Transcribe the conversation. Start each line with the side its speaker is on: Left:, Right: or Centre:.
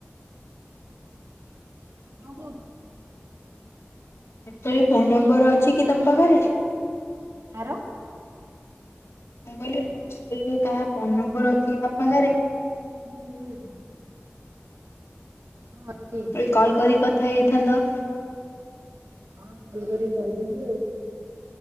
Right: କଣ କହୁଛୁ?
Left: ସେଇ ଫୋନ ନମ୍ବର ଅଛି କି ତମ ପାଖରେ?
Right: କାହାର? -
Left: ମୁଁ କହିଲି କାହା ଫୋନ ନମ୍ବର ଅଛିକି ତମ ପାଖରେ?
Right: ହୁଁ ହୁଁ। ହଁ ଅଛି।
Left: କହିଲି କଲ୍ କରିକି କଥା ହେଇଯାଇଥାନ୍ତ।
Right: ହଁ ଫୋନ କରିକି କହିଦେବି ଆଉ।